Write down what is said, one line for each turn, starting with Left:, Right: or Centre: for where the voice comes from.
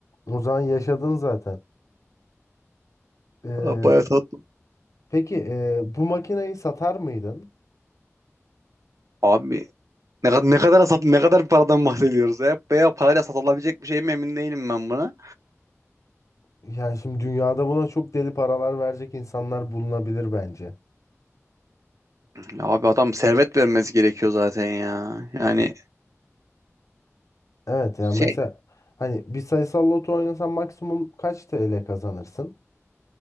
Left: O zaman yaşadın zaten. Ee,
Right: Aa, Bayağı tatlı.
Left: Peki e, bu makineyi satar mıydın?
Right: Abi ne, kadar ne kadar sat ne kadar bir paradan bahsediyoruz ya. Veya parayla satılabilecek bir şey mi emin değilim ben buna.
Left: Yani şimdi dünyada buna çok deli paralar verecek insanlar bulunabilir bence.
Right: Ya Abi adam servet vermesi gerekiyor zaten ya. Yani
Left: E, Evet yani
Right: şey
Left: mesela hani bir sayısal loto oynasan maksimum kaç TL kazanırsın?